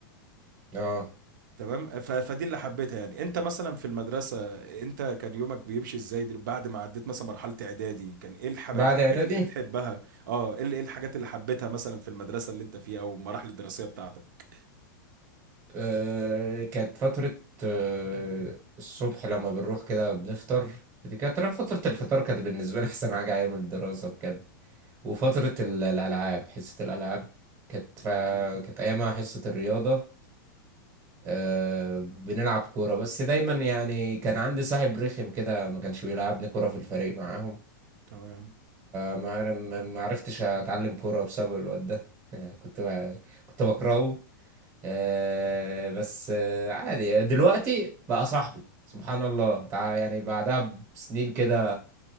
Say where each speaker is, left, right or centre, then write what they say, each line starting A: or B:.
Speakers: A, on the right; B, on the right.
A: اه
B: تمام ف- فدي اللي حبيتها يعني انت مثلا في المدرسة انت كان يومك بيمشي ازاي دل- بعد ما عديت مثلا مرحلة اعدادي كان ايه الحب-
A: بعد
B: الحاجات
A: اعدادي
B: اللي انت بتحبها اه ايه ال- ايه الحاجات اللي حبيتها مثلا في المدرسة اللي انت فيها او المراحل الدراسية بتاعتك
A: آه كانت فترة آه الصبح لما بنروح كده بنفطر دي كانت فترة الفطار كانت بالنسبة لي أحسن حاجة أيام الدراسة بجد وفترة ال- الألعاب حصة الألعاب كانت ف...
B: ده اكيد
A: كانت أيامها حصة الرياضة آه بنلعب كورة بس دايما يعني كان عندي صاحب رخم كده ما كانش بيلعبني كورة في الفريق معاهم
B: تمام
A: ما عر- ما ما عرفتش اتعلم كوره بسبب الواد ده <laughs> كنت ب- كنت بكرهه آه، بس آه، عادي دلوقتي بقى صاحبي سبحان الله تع- يعني بعدها بسنين كده